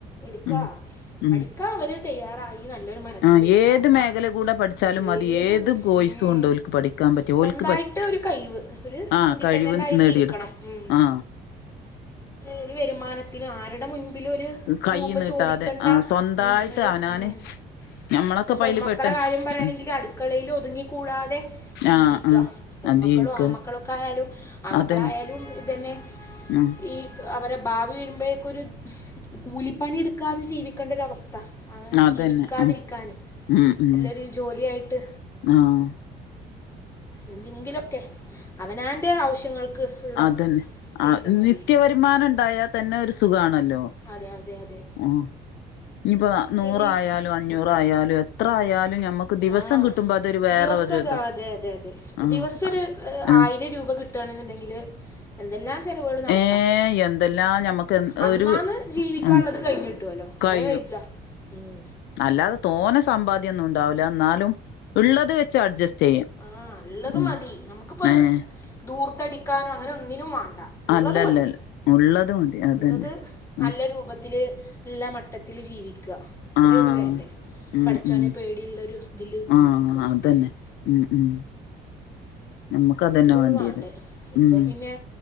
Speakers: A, on the left (about 15°); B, on the left (about 80°).
A: ഇടുക്ക
B: ഉം ഉം
A: പഠിക്കാൻ അവര് തയ്യാറായി നല്ലൊരു മ മനസ്സും
B: ആ
A: വച്ച്
B: ഏത്
A: നടന്ന
B: മേഖല കൂടെ പഠിച്ചാലും
A: ഉം
B: മതി
A: ഏത്
B: കോഴ്സും
A: ഏഹ്
B: ഉണ്ട് ഓൽക്ക് പഠിക്കാൻ പറ്റിയ
A: സ്വന്തായിട്ട്
B: ഓൽക്ക് പറ്റി
A: ഒരു കഴിവ് ഒരു
B: ആ
A: ഇൻഡിപെൻഡൻറ്
B: കഴിവ്
A: ആയിട്ട്
B: നേടിയെടുക്ക
A: ഇരിക്കണം ഉം
B: ആ
A: ഒരു വരുമാന ത്തിന് ആരുടെ മുൻപിലൊരു
B: കൈ
A: രൂപ
B: നീട്ടാതെ
A: ചോദിക്കേണ്ട
B: ആ സ്വന്തായിട്ട്
A: ഉം ഒരു
B: അവനാന്
A: ഉം
B: ഞമ്മളൊക്കെ
A: ത് പ്പമ്മക്കളെ
B: പ്പയില് പെട്ട്
A: കാര്യം പറയാണെങ്കില്
B: ഉം
A: അടുക്കളയില് ഒതുങ്ങിക്കൂടാതെ ജീവിക്കാ
B: ആ ആ
A: പെൺമക്കളും
B: ആ ജീവിക്ക
A: ആൺ മക്കളൊക്കെ ആയാലും ആ മക്കളായാലും
B: അതന്നെ
A: ഇതുന്നെ
B: ഉം
A: ഈ അവരെ ഭാവി വരുമ്പോഴേക്കൊരു കൂലിപ്പണി എടുക്കാതെ ജീവിക്കേണ്ടൊരവസ്ഥ
B: അതന്നെ
A: ജീവിക്കാതിരിക്കാന്
B: ഉം ഉം ഉം
A: നല്ലൊരു ജോലിയായിട്ട്
B: ആഹ്
A: എന്തെങ്കിലൊക്കെ അവനാന്റെ ആവശ്യങ്ങൾക്ക് ഉള്ള
B: അതന്നെ
A: പൈസ
B: ആഹ്
A: മതി
B: നിത്യ വരുമാനം ഇണ്ടായാൽ തന്നെ ഒരു സുഖാണല്ലോ
A: അതെ അതെ അതെ
B: ആഹ് ഇനിയിപ്പോ
A: നിത്യ
B: നൂറായാലും അഞ്ഞൂറായാലും എത്ര ആയാലും ഞമ്മക്ക് ദിവസം
A: ആഹ്
B: കിട്ടുമ്പോ അതൊരു വേറെ
A: ദിവസംത്
B: ഒരു ഇതാ
A: ആഹ് അതെ അതെ അതെ
B: ആഹ്
A: ദിവസം ഒരു ഏഹ്
B: ആഹ്
A: ആയിരം രൂപ കിട്ട് ട്ടാണെന്ന്ണ്ടെങ്കില് എന്തെല്ലാം ചെലവുകൾ നടത്താ
B: ഏഹ് എന്തെല്ലാം ഞമ്മക്ക്
A: അന്നാന്ന്
B: ഒരു
A: ജീവിക്കാള്ളത്
B: ഉം
A: കഴിഞ്ഞിട്ടോല്ലോ അത്ര
B: കഴിയും
A: കര്താ ഉം
B: അല്ലാതെ തോന സമ്പാദ്യംഒന്നും ഉണ്ടാവില്ല എന്നാലും ഉള്ളത് വെച്ച് അഡ്ജസ്റ്റ് ചെയ്യും.
A: ആഹ് ഉള്ളത്
B: ഉം
A: മതി നമുക്കിപ്പ
B: ഏഹ്
A: ദൂർത്തടിക്കാനും അങ്ങനെ ഒന്നിനും വാണ്ട ഇള്ളത്
B: അല്ലല്ലല്ല
A: മതി
B: ഉള്ളത് മതി അതന്നെ
A: ഇള്ളത് നല്ല
B: ഉം
A: രൂപത്തില് ഇല്ല മട്ടത്തില് ജീവിക്കാ അത്രേ
B: ആഹ്
A: ഉള്ളൂ വേണ്ടേ
B: ഉം
A: പഠിച്ചോനെ
B: ഉം
A: പേടിയുള്ളരു ഇതില് ജീവിക്കാ
B: ആഹ്
A: അത്രേം
B: അതന്നെ ഉം ഉം നമുക്ക് അതന്നെ
A: ഇത്രേ ഉള്ളൂ
B: വാണ്ടിയത്
A: വേണ്ടേ ഇപ്പോൾ
B: ഉം
A: പിന്നെ